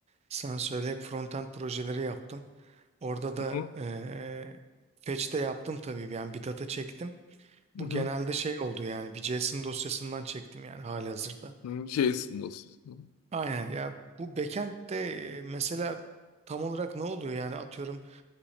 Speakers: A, on the right; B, on the left.
A: Sen söyle hep frontend projeleri yaptım. Orada da
B: Hı hı.
A: eee fetch'te yaptım tabii. Yani bir data çektim. Bu
B: Hı
A: genelde şey oldu yani bir JSON dosyasından çektim yani halihazırda.
B: hı. JSON dosyası.
A: Aynen ya bu backend'de e, mesela tam olarak ne oluyor yani atıyorum